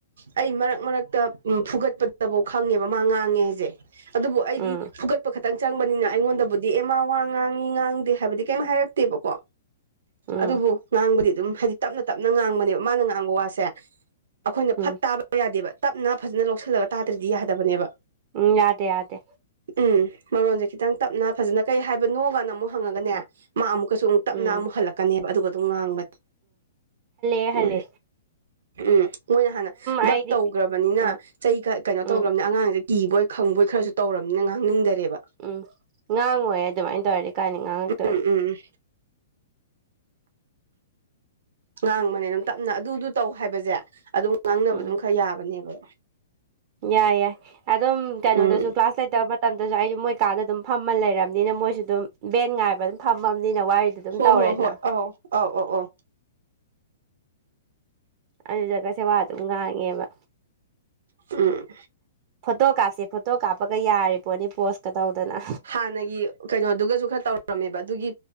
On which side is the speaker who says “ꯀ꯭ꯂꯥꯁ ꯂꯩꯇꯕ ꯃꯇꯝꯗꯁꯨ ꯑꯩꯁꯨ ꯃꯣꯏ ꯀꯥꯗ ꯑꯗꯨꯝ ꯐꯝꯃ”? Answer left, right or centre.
Right